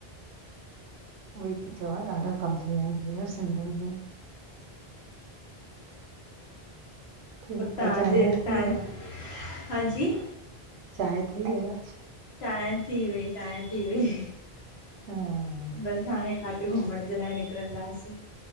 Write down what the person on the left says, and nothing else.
पोइ तांजे
हीता
आएं,
हाँ जी?
चांएं थी वई, चांएं थी वई।
बसि हाणे काथे घुमण ॼे लाए निकिरंदासीं,